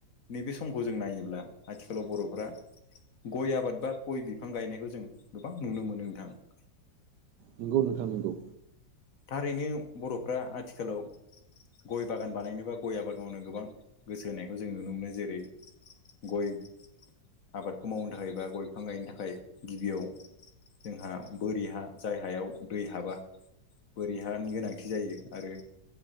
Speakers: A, on the left; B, on the right.
A: नैबे समखौ जों नायोब्ला आथिखालाव बर'फ्रा गय आबाद बा गय बिफां गायनायखौ जों गोबां नुनो मोनो नोंथाङा
B: नंगौ नोंथां नंगौ।
A: थारैनो बर'फ्रा आथिखालाव गय बागान बानायनोबा गय आबाद मावनो गोबां गोसो होनायखौ जों नुनो मोनो जेरै गय आबादखौ मावनो थाखाय बा गय बिफां गायनो थाखाय गिबियाव जोंहा बोरि हा जाय हायाव दै हाबा बोरैहानि गोनांथि जायो आरो